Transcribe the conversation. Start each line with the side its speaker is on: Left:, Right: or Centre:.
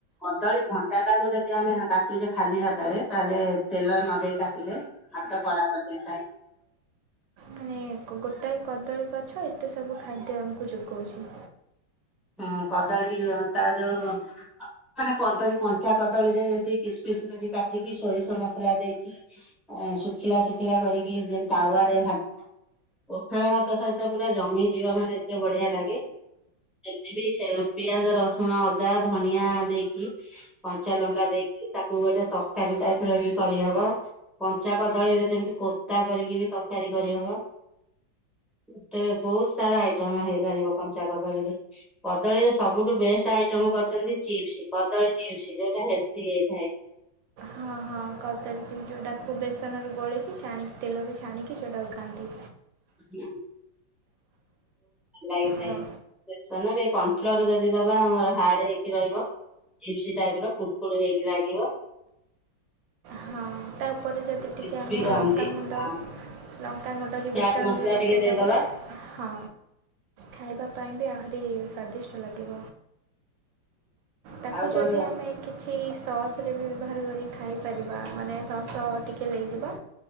Centre: କଦଳୀ ଭଣ୍ଡା ଟାକୁ ଯଦି ଆମେ ହା କାଟୁଛେ ଖା ଖାଲି ହାତରେ ତାହେଲେ ତେଲ ନ ଦେଇେଇ କାଟିବେ ହାତ କଳା ପଡିଯାଇଥାଏ।
Right: ମାନେ ଏକ ଗୋଟାଏ କଦଳୀ ଗଛ ଏତେ ସବୁ ଖାଦ୍ୟ ଆମକୁ ଯୋଗଉଛି।
Centre: ହୁଁ କଦଳୀ ତା ଯୋଉ ମାନେ କଦଳୀ କଞ୍ଚା କଦଳୀରେ ଯେମିତି ପିସ୍ ପିସ୍ କରିି କାଟିକି ସୋରିଷ ମସଲା ଦେଇକି ଇ ଅଁ ଶୁଖିଲା ଶୁଖିଲା କରିକି ଯେ ତାୱ ରେ ଭାଜିବ ପଖାଳ ଭାତ ସହିତ ପୁରା ଜମି ଯିବ ମାନେ ଏତେ ବଢିଆ ଲାଗେ। ସେମିତି ବି ସେ ପିଆଜ ରସୁଣ ଅଦା ଧନିଆ ଦେଇକି କଞ୍ଚାଲଙ୍କା ଦେଇକି ଭା ତାକୁ ଗୋଟେ ତରକାରୀ ଟାଇପର ବି କରିହବ। କଞ୍ଚା କଦଳୀରେ ଯେମିତି କୋରତା କରିକି ବି ତରକାରୀ କରିହବ। ଏତେ ବହୁତ ସାରା ଆଇଟମ ହେଇପାରିବ କଞ୍ଚା କଦଳୀରେ କଦଳୀର ସବୁଠୁ ବେଷ୍ଟ ଆଇଟମ କରିଛନ୍ତି ଚିପ୍ସ କଦଳୀ ଚିପ୍ସ ଯୋଉଟା ହେଲଦି ହେଇଥାଏ।
Right: ହଁ ହଁ। ହଁ କଦଳୀ ଚିପ୍ ଯେଉଁଟାକୁ ବେସନରୁ ଗୋଳେଇକି ଛାଣିକି ତେଲରେ ଛାଣିକି ସେଉଁଟାକୁ ଖାଆନ୍ତି।
Centre: ହ <unintelligible> ଲାଗିଥାଏ।
Right: ହଁ
Centre: ବେସନରେ କନଫ୍ଲୋର ଯଦି ଦବା ହାର୍ଡ ହେଇକି ରହିବ। ଚିପ୍ସ ଟାଇପ ର କୁଡକୁଡ ହେଇକି ଲାଗିବ।
Right: ହଁ ତା ଉପରେ ଯଦି
Centre: କ୍ରିସ୍ପି
Right: ଟିକେ ଆମେ
Centre: କହନ୍ତି।
Right: ଲଙ୍କାଗୁଣ୍ଡ
Centre: ଆଉ
Right: ତା ମୁହଁଟାକୁ
Centre: ଚାଟ
Right: ବିଟଲୁଣ
Centre: ମସଲା
Right: ଲଗେଇଦବା
Centre: ଟିକେ ଦେଇଦବା।
Right: ହଁ ଖାଇବା ପାଇଁ କୁ ଆହୁରି ସ୍ୱାଦିଷ୍ଟ ଲାଗିବ ତାକୁ
Centre: ଆଉ
Right: ଯଦି
Centre: କଣ
Right: ଆମେ କିଛି ସସରେେ ବି ବ୍ୟବହାର କରି ଖାଇପାରିବା ମାନେ ସସ ଟିକେ ନେଇଯିବା।